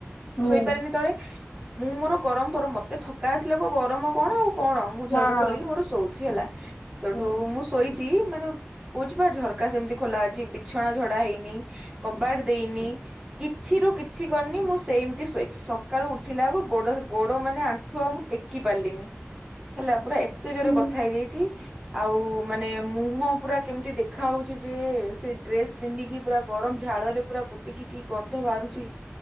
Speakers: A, on the left; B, on the right.
A: ହୁଁ
B: ମୁଁ
A: ହୁଁ
B: ଶୋଇପାରେନି
A: ହୁଁ
B: ତଳେ ମୁଁ ମୋର ଗରମ ଫରମ ମତେ ଥକା ଆସିଲା କ ଗରମ କଣ ଆଉ କଣ। ମୁଁ ଝରକା
A: ହଁ
B: ଖୋଲିକି ମୋର ଶୋଉଚି ହେଲା ସେଠୁ
A: ହଁ ହୁଁ
B: ମୁଁ ଶୋଇଚି ମାନେ କହୁଛି ବା ଝରକା ସେମିତି ଖୋଲା ଅଛି ବିଛଣା ଝଡା ହେଇନି କବାଟ ଦେଇନି। କିଛି ରୁ କିଛି କରିନି ମୁଁ ସେମିତି ଶୋଇଛି ସକାଳୁ ଉଠିଲା ବକୁ ଗୋଡ ଗୋଡ ମାନେ ଆ ଠୁ ଆଉ ମୁଁ ଟେକି ପାରିଲିନି। ହେଲା ପୁରା ଏତେ ଜୋରେ
A: ହୁଁ
B: ବଥା ହେଇଯାଇଛି ଆଉ ମାନେ ମୁହଁ ପୁରା କେମିତି ଦେଖା ଖା ହଉଚି ଯେ ସେ ଡ୍ରେସ ପିନ୍ଧିକି ପୁରା ଗରମ ଝାଳ ରେ ପୁରା ବୁଡିକି କି ଗନ୍ଧ ବାହାରୁଚି